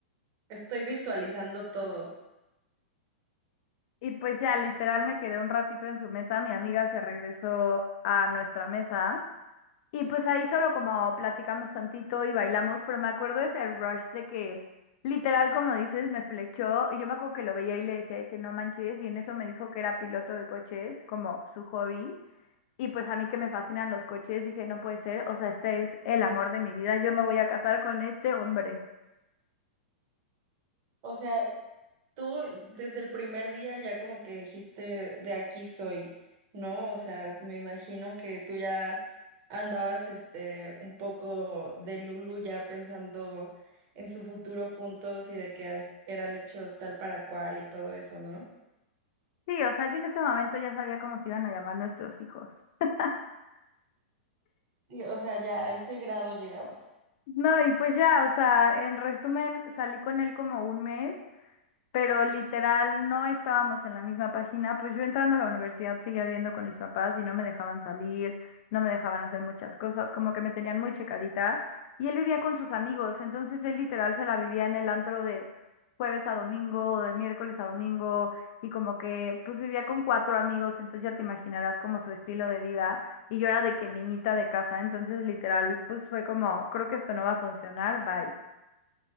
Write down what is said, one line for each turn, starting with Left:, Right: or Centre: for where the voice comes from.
Right: Estoy visualizando todo.
Left: Y pues ya, literal, me quedé un ratito en su mesa. Mi amiga se regresó a nuestra mesa. Y pues ahí solo como platicamos tantito y bailamos, pero me acuerdo de ese rush de que literal, como dices, me flechó y yo me acuerdo que lo veía y le decía de que no manches y en eso me dijo que era piloto de coches, como su hobby. Y pues a mí que me fascinan los coches, dije, no puede ser, o sea, este es el amor de mi vida, yo me voy a casar con este hombre.
Right: O sea, tú desde el primer día ya como que dijiste de aquí soy, ¿no? O sea, me imagino que tú ya andabas este un poco de Lulu ya pensando en su futuro juntos y de que ah, es- eran hechos tal para cual y todo eso, ¿no?
Left: Sí, o sea, yo en ese momento ya sabía cómo se iban a llamar nuestros hijos. <laughs>
Right: Sí, o sea, ya a ese grado llegabas.
Left: No, y pues ya, o sea, en resumen, salí con él como un mes. pero literal no estábamos en la misma página, pues yo entrando a la universidad seguía viviendo con mis papás y no me dejaban salir, no me dejaban hacer muchas cosas, como que me tenían muy checadita y él vivía con sus amigos, entonces él literal se la vivía en el antro de jueves a domingo, de miércoles a domingo y como que pues vivía con cuatro amigos, entonces ya te imaginarás como su estilo de vida y yo era de que niñita de casa, entonces literal pues fue como, creo que esto no va a funcionar, bye.